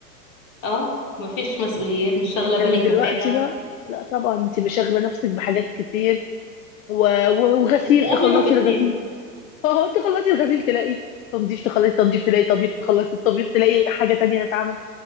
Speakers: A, on the left (about 40°); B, on the left (about 55°).
A: اه مفيش مسؤوليات مش شاغلة
B: انما
A: بالك
B: دلوقتي
A: بحاجة
B: لا لا طبعا انت مشغله نفسك بحاجات كتير و... و... وغسيل
A: انت
B: تخلصي
A: قبل ما بتنامي
B: الغسيل <laughs> اه تخلصي الغسيل تلاقي تنظيف تخلصي تنظيف تلاقي طبيب تخلصي الطبيب تلاقي حاجه تانية تتعمل